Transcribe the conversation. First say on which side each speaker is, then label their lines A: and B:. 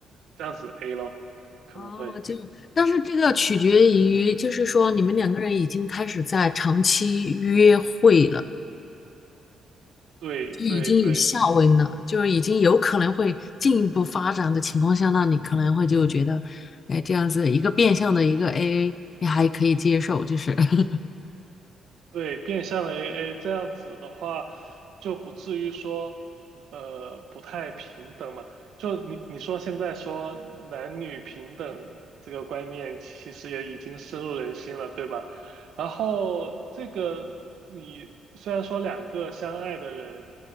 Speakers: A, on the right; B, on the left.
A: 这样子 A 咯，可能会。
B: 哦，就，但是这个取决于，就是说你们两个人已经开始在长期约会了，
A: 对对对
B: 就已经有下文了，就是已经有可能会进一步发展的情况下，那你可能会就觉得，哎，这样子一个变相的一个 AA，你还可以接受，就是，<laughs>
A: 对，变相的 AA 这样子的话，就不至于说，呃，不太平等嘛。就你你说现在说男女平等这个观念，其实也已经深入人心了，对吧？然后这个你虽然说两个相爱的人